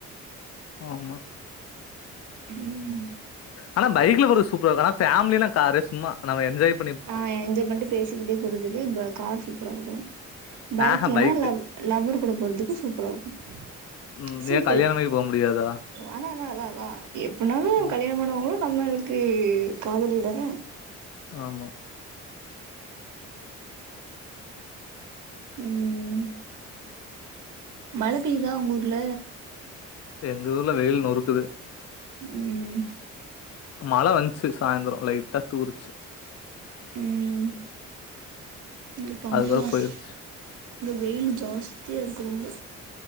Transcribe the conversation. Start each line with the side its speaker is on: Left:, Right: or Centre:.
Left: ஆமா
Right: உம்
Left: ஆனா பைக்ல போரத் சூப்பரா இருக்கும் ஆன ஃபேம்லின்னா காரு சும்மா நம்ம என்ஜாய்ப்
Right: ஆஹ் என்ஜாய் பண்ணிட்டு பேசிக்கிட்டே போறதுக்கு கார் சூப்பரா இருக்கும் பைக்லனால
Left: ஆஹா பைக்கு
Right: லவர் கூட போறதுக்கும் சூப்பரா இருக்கு <inaudible>
Left: ம்
Right: சிம்பிள்
Left: ஏன் கல்யாணமாகி போ முடியாதா
Right: அத அதான் அதான் அதான் எப்பனாலும்
Left: அ
Right: கல்யாண பன்னவங்களா நம்மளுக்கு காதலி தான
Left: ஆமா
Right: உம் மழை பெய்யுதா உங்க ஊர்ல
Left: எங்க ஊர்ல வெயில் நொறுக்குது
Right: உம்
Left: மழை வந்துச்சு சாய்ந்திரம் லைட்டா தூருச்சு
Right: உம் இ பங்குனி
Left: அதுக்கப்றோ
Right: மாஸ்
Left: போயிருச்சு
Right: வெயில் ஜாஸ்தியா இருக்கு ரொம்ப